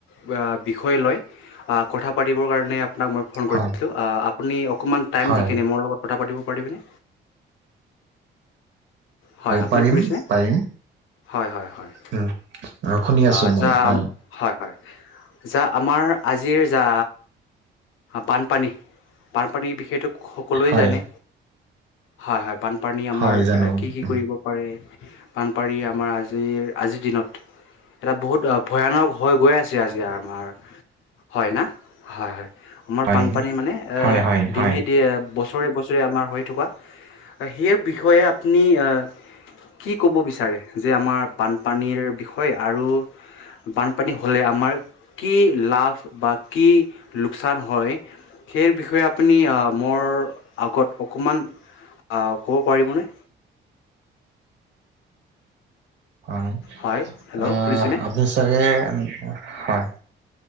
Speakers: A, on the left; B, on the right.
A: ৱাক বিষয়ে লয় কথা পাতিবৰ কাৰণে আপোনাক মই ফোন কৰিছিলো।
B: হয়
A: আ আপুনি অক কমান টাইম
B: হয়
A: দি কিনে মোৰ লগত কথা পাতি পাৰিবিনে? হয় আপুনি
B: পাৰিম
A: কুৰিছে,
B: পাৰিম
A: হয় হয়। হয়
B: উম, শুনি আছো
A: আ
B: মই
A: জাম
B: হয়
A: হয়। হয়, যা আমাৰ আজিৰ যা বানপানী, বানপানীৰ বিষেটো সকলোৱে
B: হয়
A: জানে, হয়, হয়, বানপানী আমাৰ
B: হয় জানো
A: কি, কি কৰিব পাৰে? বানপানী আমাৰ আজিৰ, আজিৰ দিনত এটা বহুত অ', ভয়ানক হৈ গৈ আছে, আজি আমাৰ হয়না? হয়, হয়। আমাৰ
B: হয়
A: বানপানী মানে এ,
B: হয় হয়
A: দিনে
B: হয়
A: দি বছৰে, বছ আমাৰ হৈ থকা, সেই বিষয়ে আপুনি অ' কি ক'ব বিচাৰে? যে, আমাৰ বানপানীৰ বিষয়ে আৰু বানপানী হ'লে আমাৰ কি লাভ বা কি লোকচান হয়? সেই বিষয়ে আপুনি আ, মোৰ আগত অকণমান আ, ক'ব পাৰিবনে?
B: হয়,
A: হয় হেল্ল'
B: আ,
A: শুনিছেনে
B: আপুনি চাগে হয়,